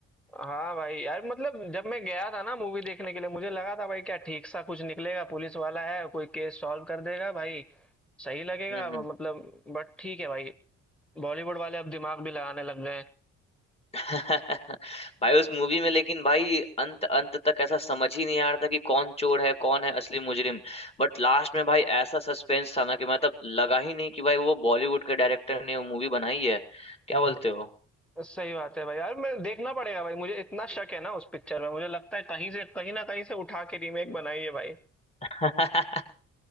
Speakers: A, in the centre; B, on the left.
A: हाँ भाई यार मतलब जब मैं गया था ना मूवी देखने के लिए मुझे लगा था भाई क्या ठीक सा कुछ निकलेगा पुलिस वाला है कोई केस सॉल्व कर देगा भाई सही लगेगा
B: हम्म हम्म।
A: मतलब बट ठीक है भाई बॉलीवुड वाले अब दिमाग भी लगाने लग गए हैं
B: <laughs> भाई उस मूवी में लेकिन भाई अंत अंत तक ऐसा समझ ही नहीं आ रहा था कि कौन चोर है कौन है असली मुजरिम बट लास्ट में भाई ऐसा सस्पेंस था ना कि मतलब लगा ही नहीं कि भाई वो बॉलीवुड के डायरेक्टर ने वो मूवी बनाई है क्या बोलते हो
A: सही बात है भाई यार मैं देखना पड़ेगा भाई मुझे इतना शक है ना उस पिक्चर में मुझे लगता है कहीं से कहीं ना कहीं से उठा के रीमेक बनाई है भाई
B: <laughs>